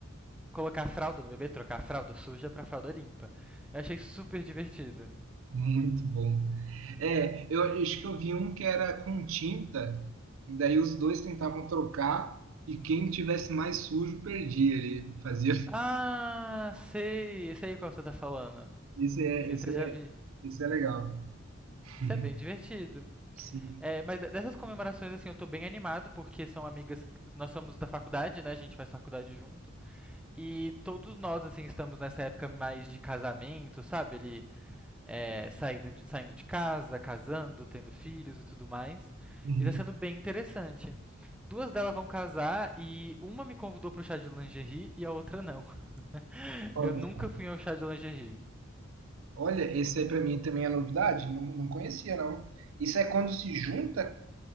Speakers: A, in the centre; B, on the right (about 70°).
A: colocar a fralda no bebê, trocar a fralda suja pra fralda limpa. Eu achei super divertido.
B: Muito bom. É, eu acho que eu vi um que era com tinta, e daí os dois tentavam trocar e quem tivesse mais sujo perdia. Ele fazia. <laughs>
A: Ah, sei, sei qual você tá falando.
B: Esse é,
A: Esse
B: esse
A: eu
B: é,
A: já vi.
B: esse é legal. <laughs>
A: Isso
B: Uhum.
A: é bem divertido.
B: Sim.
A: É, mas de- dessas comemorações, assim, eu tô bem animado, porque são amigas. que- Nós somos da faculdade, né? A gente faz faculdade junto. E todos nós, assim, estamos nessa época mais de casamento, sabe? Ele é, saindo, de, saindo de casa, casando, tendo filhos e tudo mais.
B: Uhum.
A: E tá sendo bem interessante. Duas delas vão casar e uma me convidou pro chá de lingerie e a outra não. <laughs>
B: Olha,
A: Eu nunca
B: só.
A: fui ao chá de lingerie.
B: Olha, esse aí pra mim também é novidade, não, não conhecia não. Isso é quando se junta